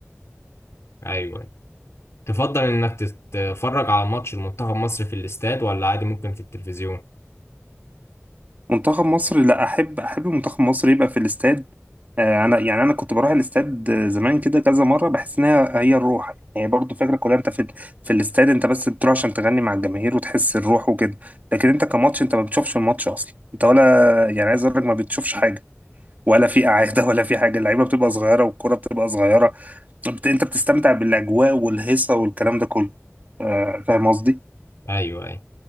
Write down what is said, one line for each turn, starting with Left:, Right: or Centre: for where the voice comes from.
Left: ايوه تفضل انك تتفرج على ماتش المنتخب مصر في الاستاد ولا عادي ممكن في التلفزيون
Right: منتخب مصر لا أحب أحب منتخب مصر يبقى في الاستاد آه، أنا يعني أنا كنت بروح الاستاد زمان كده كذا مرة بحس إنها هي الروح يعني هي برضو فكرة كلها أنت في في الاستاد أنت بس بتروح عشان تغني مع الجماهير وتحس الروح وكده لكن أنت كماتش أنت ما بتشوفش الماتش أصلا أنت ولا يعني عايز أقول لك ما بتشوفش حاجة ولا في قعادة ولا في حاجة اللعيبة بتبقى صغيرة والكرة بتبقى صغيرة بت- أنت بتستمتع بالأجواء والهيصة والكلام ده كله آه، فاهم قصدي؟
Left: ايوه ايوه